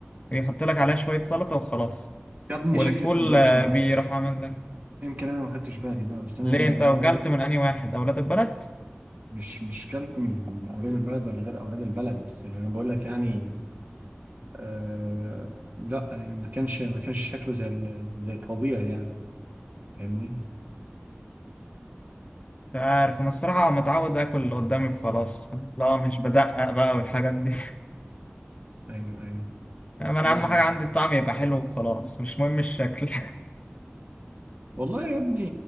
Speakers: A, on the left; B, on the right.
A: ويحط لك عليها شوية سلطة وخلاص
B: يا ابني
A: والفول
B: شكل السندوتش
A: آه،
B: ما كانش
A: بيروح عامل لك
B: يمكن انا ما خدتش بالي بقى بس انا
A: ليه أنت
B: انا
A: وجلت
B: برضه
A: من أنهي واحد أولاد البلد؟
B: مش مش كلت من من اولاد البلد ولا غير اولاد البلد بس اللي انا بقول لك يعني آه لا يعني ما كانش ما كانش شكله زي ال- زي الطبيعي يعني فاهمني؟
A: مش عارف أنا الصراحة متعود آكل اللي قدامي وخلاص لا مش بدقق بقى والحاجات دي <laughs>
B: ايوه ايوه
A: أنا
B: لا
A: أهم
B: مش
A: حاجة عندي الطعم يبقى حلو وخلاص مش مهم الشكل <laughs>
B: والله يا ابني